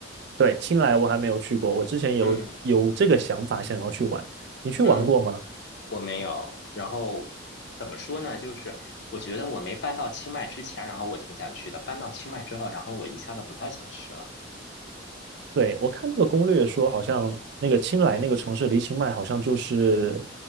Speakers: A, on the right; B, on the left.
A: 对，清莱我还没有去过，我之前有有这个想法想要去玩，
B: 嗯
A: 你去玩过吗？
B: 嗯，我没有。然后怎么说呢？就是我觉得我没搬到清迈之前，然后我挺想去的；搬到清迈之后，然后我一下子不太想去了。
A: 对，我看那个攻略说，好像那个清莱那个城市离清迈好像就是